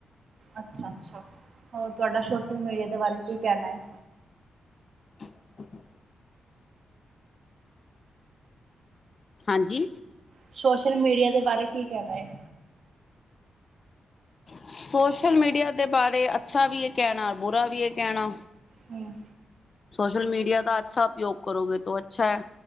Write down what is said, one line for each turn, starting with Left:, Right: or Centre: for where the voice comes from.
Right: ਅੱਛਾ ਅੱਛਾ ਹੋਰ ਤੁਹਾਡਾ ਸੋਸ਼ਲ ਮੀਡੀਆ ਦੇ ਬਾਰੇ ਕੀ ਕਹਿਣਾ ਹੈ
Left: ਹਮ ਹਾਂਜੀ
Right: ਸੋਸ਼ਲ ਮੀਡੀਆ ਦੇ ਬਾਰੇ ਕੀ ਕਹਿਣਾ ਹੈ
Left: ਸੋਸ਼ਲ ਮੀਡੀਆ ਦੇ ਬਾਰੇ ਅੱਛਾ ਵੀ ਇਹ ਕਹਿਣਾ ਬੁਰਾ ਵੀ ਇਹ ਕਹਿਣਾ
Right: ਹੂੰ,
Left: ਸੋਸ਼ਲ ਮੀਡੀਆ ਦਾ ਅੱਛਾ ਉਪਯੋਗ ਕਰੋਗੇ ਤਾਂ ਅੱਛਾ ਹੈ